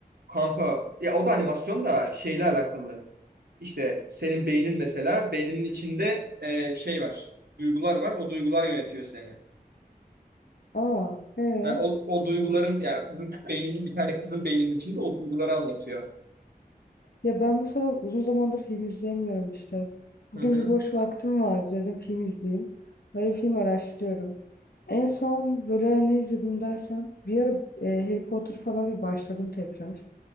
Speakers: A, on the right; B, on the left.
A: Kanka ya o da animasyon da şeyle alakalı. İşte senin beynin mesela beyninin içinde e, şey var. Duygular var. O duygular yönetiyor seni.
B: Aa, ee?
A: Ha, o, o duyguların ya kızın beyninin bir tane kızın beyninin içinde o duyguları anlatıyor.
B: Ya ben mesela uzun zamandır film izleyemiyorum işte. Bugün
A: Hı hı.
B: bir boş vaktim vardı dedim film izleyeyim. Böyle film araştırıyorum. En son böyle ne izledim dersen bir ara e, Harry Potter falan bir başladım tekrar.